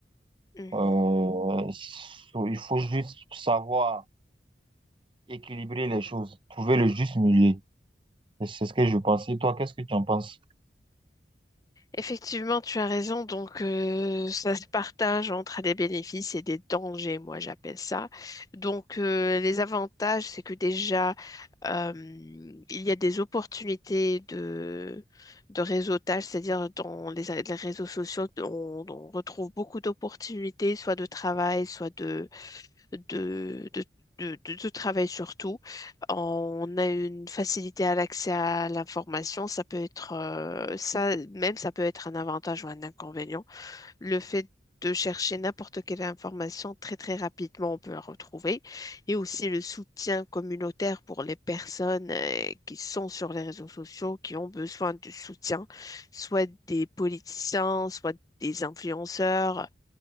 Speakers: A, on the left (about 20°); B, on the right (about 30°).
A: mhm.
B: Euh, so- il faut juste savoir équilibrer les choses, trouver le juste milieu. Et C'est ce que je pense. Et toi, qu'est-ce que tu en penses?
A: Effectivement, tu as raison. Donc, euh, ça se partage entre des bénéfices et des dangers, moi j'appelle ça. Donc, euh, les avantages, c'est que déjà, euh, il y a des opportunités de, de réseautage, c'est-à-dire dans les, les réseaux sociaux, on, on retrouve beaucoup d'opportunités, soit de travail, soit de, de, de, de, de travail surtout. On a une facilité à l'accès à l'information. Ça peut être euh, ça, même ça peut être un avantage ou un inconvénient. Le fait de chercher n'importe quelle information très très rapidement, on peut la retrouver. Et aussi le soutien communautaire pour les personnes euh, qui sont sur les réseaux sociaux, qui ont besoin de soutien, soit des politiciens, soit des influenceurs